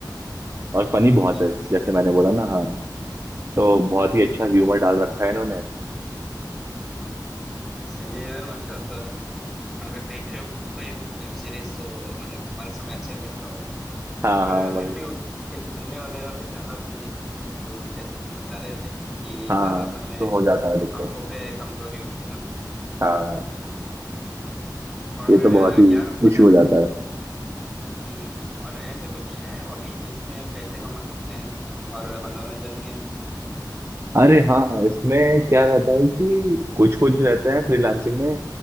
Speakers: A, on the right; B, in the centre.
A: और फनी बहुत
B: अच्छा
A: है
B: सही
A: जैसे
B: है
A: मैंने बोला ना हाँ तो बहुत ही अच्छा ह्यूमर डाल रखा है इन्होंने
B: सही है यार मतलब अगर देख रहे हो कोई वेब सीरीज तो मतलब तुम्हारा समय अच्छा कट रहा होगा
A: हाँ
B: पर
A: हाँ वही
B: फिर भी उस फिल, फिल्में वगैरह भी ज्यादा तो नहीं देखनी चाहिए क्योंकि उस- जैसे तुम बता रहे थे कि
A: हाँ हाँ
B: ज्यादा
A: ये
B: समय
A: तो हो जाता है दिक्कत
B: आंखों पे कमजोरी होती है ना
A: हाँ
B: और
A: ये
B: अ,
A: तो बहुत ही
B: क्या मतलब
A: इशू हो जाता है
B: हम्म, और ऐसे कुछ है हॉबी जिसमें पैसे कमा सकते हैं और मनोरंजन भी हो
A: अरे हाँ हाँ, इसमें क्या रहता है कि कुछ कुछ रहता है फ्रीलांसिंग में